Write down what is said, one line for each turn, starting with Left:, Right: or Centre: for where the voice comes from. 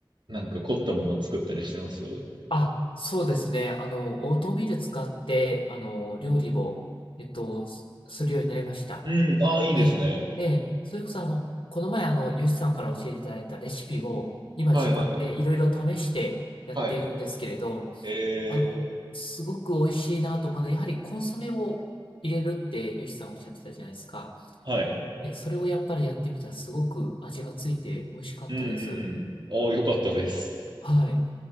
Right: なんか凝ったものを作ったりしてますう
Left: あ、そうですね。あの、オートミール使って、あの、料理を、えっと、すするようになりました。
Right: ん、ああ、いいですね。
Left: で、で、それこそ、あの、この前、あの、ヨシさんから教えていただいたレシピを、今自分でいろいろ試してやっているんですけれど、
Right: はいはいはい。はい。え
Left: あの、すごく美味しいなと思うので、やはりコンソメを入れるってヨシさんおっしゃってたじゃないですか。
Right: ー、はい。
Left: で、それをやっぱりやってみたら、すごく味がついて美味しかったです。
Right: うんうんうん。ああ、よかったです。
Left: はい。